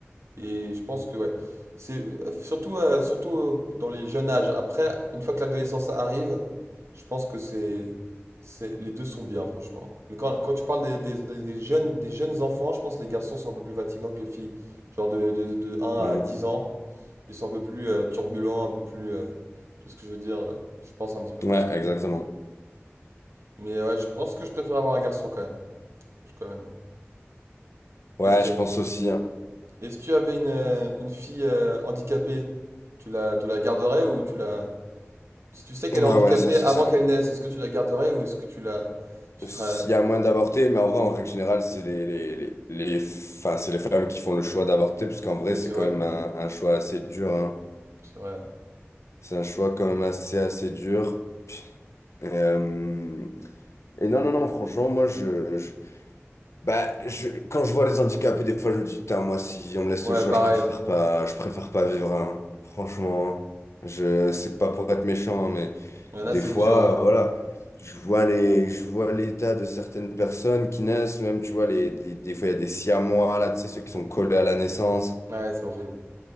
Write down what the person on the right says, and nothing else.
Et je pense que ouais, c'est surtout euh, surtout euh, dans les jeunes âges. Après, une fois que l'adolescence arrive, je pense que c'est c'est les deux sont bien franchement. Mais quand, quand tu parles des, des- des- des jeunes des jeunes enfants, je pense que les garçons sont un peu plus fatigants que les filles. Genre de, de, de un
à dix ans, ils sont un peu plus euh, turbulents, un peu plus euh, tu vois ce que je veux dire, euh, je pense un petit peu
plus quand même.
Mais euh, ouais, je pense que je préfère avoir un garçon quand même. Je- Quand même.
Et si tu,
Et si tu avais une, euh, une fille euh, handicapée, tu la, tu la garderais ou tu la... Si tu sais qu'elle est
handicapée
avant
qu'elle naisse, est-ce que tu la garderais ou est-ce que tu la... Tu
ferais...
Oui,
c'est vrai.
C'est vrai.
Ouais,
pareil.
Il y en a,
c'est
dur, hein.
Ouais, c'est horrible.